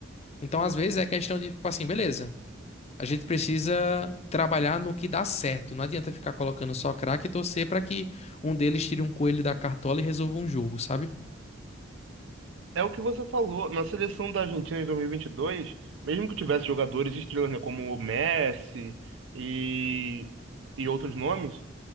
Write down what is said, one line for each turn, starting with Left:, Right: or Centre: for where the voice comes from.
Left: Então, às vezes, é questão de, tipo assim, beleza. A gente precisa trabalhar no que dá certo. Não adianta ficar colocando só craque e torcer pra que um deles tire um coelho da cartola e resolva um jogo, sabe?
Right: É o que você falou. Na seleção da Argentina em 2022, mesmo que tivesse jogadores estrelas, né, como o Messi e, e outros nomes,